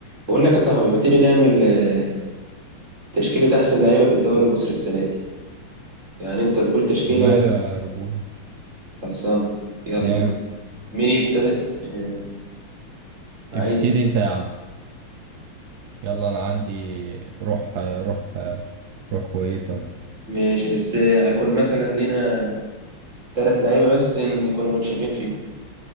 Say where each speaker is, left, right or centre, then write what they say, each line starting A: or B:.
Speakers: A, on the right; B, on the right.
A: بقول لك يا صاحبي ما تيجي نعمل آه، تشكيلة أحسن لعيبة في الدوري المصري السنة دي يعني أنت تقول تشكيلة
B: وماله
A: وأنا
B: يا رجولة
A: خلصانة يلا
B: نعم
A: مين يبتدئ؟ آه، عايز
B: ابتدي انت يا عم يلا انا عندي روح روح روح كويسة
A: ماشي بس آه، هيكون مثلا لينا تلات لعيبة بس إن يكونوا متشابهين فيهم